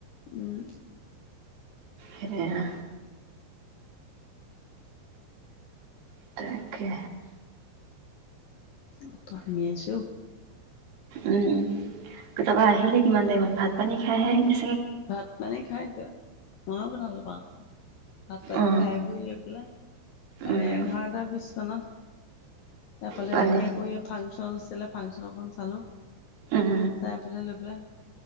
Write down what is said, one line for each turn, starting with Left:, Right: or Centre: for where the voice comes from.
Left: উম
Right: সেয়া তাকে
Left: অ ত হামি আহিছে অ
Right: উম ত তাপা আহিলে কিমান টাইমত ভাত পানী খাইহে আহিলে
Left: ভাত পানী খাই ক মই বনালো মাছ ভাত ত দি
Right: অ
Left: খাই বৈ লৈ পেলাই আমি
Right: উম
Left: এঘাৰটাৰ ৱিছ তানত তাৰফালে
Right: পালি
Left: আহি আকৌ ফাংচন। কেলৈ ফাংচনখন চালোঁ।
Right: উম
Left: চাই পেলাই লৈ পেলাই